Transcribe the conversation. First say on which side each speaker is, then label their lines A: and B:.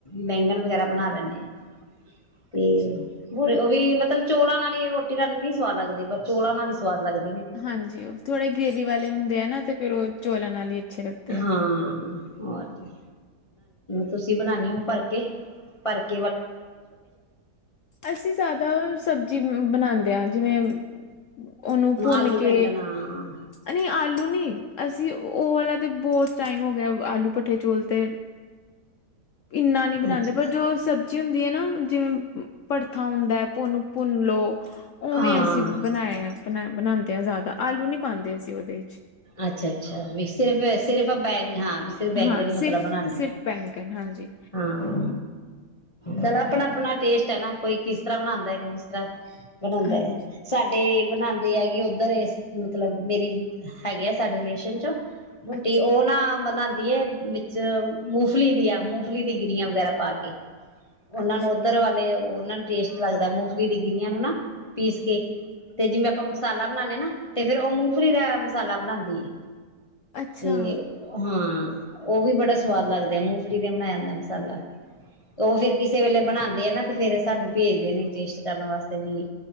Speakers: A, on the left; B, on the left.
A: ਬੈਂਗਨ ਵਗੈਰਾ ਬਣਾ ਲੈਨੇ ਆਂ, ਤੇ
B: ਅੱਛਾ
A: ਹੋਰ ਉਹ ਵੀ ਮਤਲ ਚੋਲਾਂ ਨਾਲ ਹੀ ਰੋਟੀ <unintelligible> ਸਵਾਦ ਲੱਗਦੇ ਪਰ ਚੌਲਾਂ ਨਾਲ ਹੀ ਸਵਾਦ ਲਗਦੇ।
B: ਹਾਂਜੀ ਉਹ ਥੋੜੇ ਗ੍ਰੇਵੀ ਵਾਲੇ ਹੁੰਦੇ ਆ ਨਾ ਤੇ ਫੇਰ ਉਹ ਚੋਲਾ ਨਾਲ ਹੀ ਅੱਛੇ ਲੱਗਦੇ
A: ਹਾਂ।
B: ਆ
A: ਹੋਰ ਕੀ ਤੁਸੀਂ ਬਣਾਨੇ ਹੋ ਭਰਕੇ ਭਕੇ
B: ਅਸੀਂ ਜ਼ਿਆਦਾ ਸਬਜ਼ੀ ਬਣਾ ਆ ਜਿਵੇਂ, ਉਹਨੂੰ ਭੁੰਨ
A: ਆਲੂ
B: ਕੇ
A: ਬੈਂਗਣ ਹਾਂ
B: ਨਹੀਂ ਆਲੂ ਨੀ ਅਸੀਂ ਉਹ ਵਾਲਾ ਤੇ, ਬਹੁਤ ਟਾਈਮ ਹੋ ਗਿਆ ਆਲੂ ਭੱਠੇ ਚੋਲ ਤੇ ਇੰਨਾ ਨਹੀਂ ਬਣਾਦੇ
A: ਅੱਛਾ
B: ਪਰ ਜੋ ਸਬ ਹੁੰਦੀ ਹੈ, ਨਾ ਜਿਵੇਂ ਭੜਥਾ ਹੁੰਦਾ। ਉਨੁੰ ਭੁੰਨ ਲੋ, ਉਵੇਂ
A: ਹਾਂ
B: ਅਸੀਂ ਬਣਾਏ ਐ ਬਣਾਉਂਦੇ ਹਾਂ ਜ਼ਿਆਦਾ ਆਲੂ ਨੀ ਪਾਉਂਦੇ ਅਸੀਂ ਉਹਦੇ ਵਿੱ
A: ਅੱਛਾ-ਅੱਛਾ ਵੀ ਸਿਰਫ ਸਿਰਫ ਬੈਂ ਹਾਂ ਵੀ ਸਿਰਫ ਬੈਂਗਣ
B: ਹਾਂ
A: ਹੀ ਮਤਲਬ
B: ਸਿਰਫ
A: ਬਣਾਦੇ
B: ਸਿਰਫ ਬੈਂਗਣ ਹਾਂਜੀ
A: ਹਾਂ। ਤਲਬ, ਆਪਣਾ-ਆਪਣਾ ਟੇਸਟ ਹੈ, ਨਾ ਕੋਈ ਕਿਸ ਤਰ੍ਹਾਂ ਬਣਾਦਾ ਕੋਈ ਕਿਸ ਤਰ੍ਹਾਂ ਬਣਾਦਾ
B: ਹਾਂਜੀ
A: ਹੈ, ਸਾਡੇ ਬਣਾਦੇ ਐ ਉੱਧਰ ਇਸ ਮਤਲਬ ਮੇਰੀ, ਹੈਗੇ ਆ ਸਾਡੇ ਰਿਲੇਸ਼ਨ ਚੋਂ ਬੂਟੀ
B: ਅੱਛਾ
A: ਉਹ ਨਾ ਬਣਾ ਦੀ ਹੈ ਵਿੱਚ, ਮੂੰਗਫਲੀ ਦੀ ਆ ਮੂੰਫਲੀ ਦੀ ਗਿਰੀਆਂ ਵਗੈਰਾ ਪਾ ਕੇ, ਉਹਨਾਂ
B: ਅੱਛਾ
A: ਨੂੰ ਉਧਰ ਵਾਲੇ ਉਹਨਾਂ ਨੂੰ ਟੇਸਟ ਲੱਗਦਾ, ਮੂੰਗਫਲੀ ਦੀਆ ਗਿਰਿਆ ਨੂੰ ਨਾ ਪੀਸ ਕੇ ਤੇ ਜਿਵੇਂ ਆਪਾਂ ਮਸਾਲਾ ਬਣਾਦੇ ਹਾਂ ਨਾ, ਤੇ ਫੇਰ ਉਹ ਮੂੰਗਫਲੀ ਦਾ <inaudible> ਬਣਾਦੀ ਆ
B: ਅੱਛਾ
A: ਤੇ ਹਾਂ, ਉਹ ਵੀ ਬੜਾ ਸਵਾਦ ਲੱਗਦਾ, ਆ ਮੂੰਗਫਲੀ ਦਾ ਬਣਾਇਆ ਜਾਂਦਾ ਮਸਾਲਾ ਤੇ ਉਹ ਫੇਰ ਕਿਸੇ ਵੇਲੇ ਬਣਾਉਂਦੇ ਆ ਨਾ ਤੇ ਫੇਰ ਸਾਨੂੰ ਭੇਜਦੇ ਨੇ ਟੇਸਟ ਕਰਨ ਵਾਸਤੇ ਵੀ,